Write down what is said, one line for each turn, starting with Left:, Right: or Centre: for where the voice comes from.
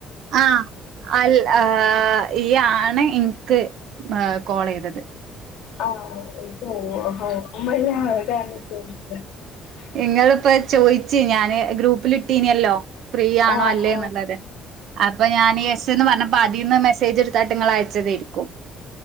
Right: ആ അ ആ ഇയ്യാ ണ് ഇന്ക്ക് കോൾ ചെയ്തത്
Left: ആ <unintelligible> ഇനിക്ക് ഓർമല്ല ആ അതാണ് <unintelligible>
Right: ഇങ്ങളിപ്പോ ചോയിച്ച് ഞാന് ഗ്രൂപ്പിലിട്ടീനല്ലോ ഫ്രീ ആണോ
Left: ആഹ്
Right: അല്ലേ
Left: ആഹ്
Right: എന്നുള്ളത് അപ്പൊ ഞാന് ന്ന് പറഞ്ഞപ്പോ അതിന്ന് മെസേജ്ട്ത് താട്ട ങ്ങൾ അയച്ചതയിരിക്കും